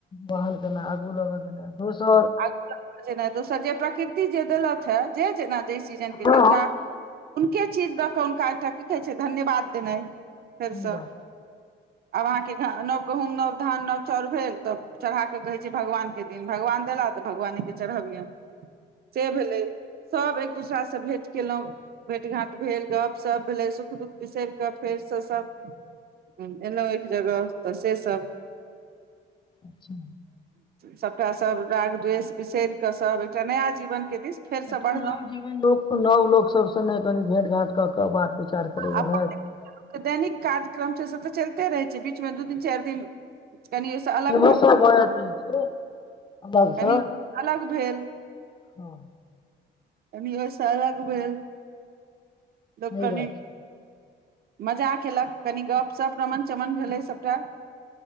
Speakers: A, on the left (about 25°); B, on the right (about 50°).
A: बह केना आगू ल कऽ जेनाय
B: आगू लग जेना दोसर जे प्रकृति जे देलथ हे जे जेना जै सीजन
A: हँ
B: के हुनका हुनके चीज दऽ कऽ हुनका एकटा की कहै छै धन्यवाद देनाइ फेरसँ
A: ई बात
B: आब अहाँके नव गहुंम नव धान नव चाउर भेल तब चढ़ा कऽ कहैत छै भगवानके दिन भगवानके भगवानेके चढाबियन से भेलै सब एक एक दूसरासँ भेट केलहुँ भेट घाँट भेल गपशप भेलै सुख दुःख बिसरि कऽ फेरसँ सब एयलहुँ एक जगह तऽ सेसभ
A: अच्छा
B: सभटा सब राग द्वेष बिसरि कऽ सब एकटा नया जीवन के दिस फेरसँ
A: एकटा
B: बढ़लहुँ
A: नव जीवन नव लोक सब सने भेट घाट कऽ क बात विचार करै गेलथि
B: अपन लोक के दैनिक काज <inaudible> काम तऽ चलते रहै छै बीचमे दू दिन चारि दिन कनि ओहिसँ अलग
A: इहो
B: भऽ
A: सब जाइत छै अलगसँ
B: कनी अलग भेल
A: हँ
B: कनि ओय सँ अलग भेल
A: सही
B: लोक कनी
A: बात
B: मजा कयेलक कनि गप्पशप रमण चमन भेलै सभटा